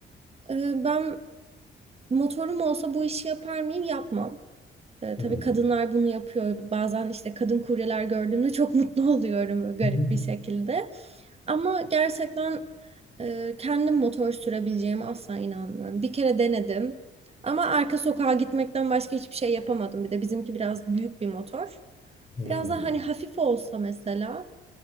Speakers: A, on the right (about 30°); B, on the left (about 35°).
A: e, ben motorum olsa bu işi yapar mıyım? Yapmam. E,
B: Hmm.
A: tabii kadınlar bunu yapıyor. Bazen işte kadın kuryeler gördüğümde çok <laughs> mutlu oluyorum böyle garip
B: <laughs>
A: bir şekilde. Ama gerçekten e, kendim motor sürebileceğime asla inanmıyorum. Bir kere denedim. Ama arka sokağa gitmekten başka hiçbir şey yapamadım. Bir de bizimki biraz büyük bir motor.
B: Hmm.
A: Biraz daha hani hafif olsa mesela